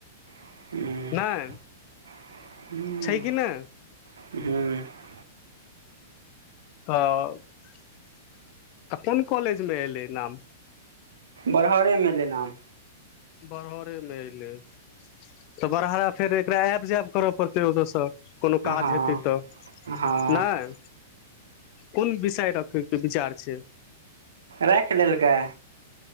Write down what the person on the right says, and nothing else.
ह
ह
हुँ
बरहरे मे लेनााम
हँ
हँ
राखि लेलकै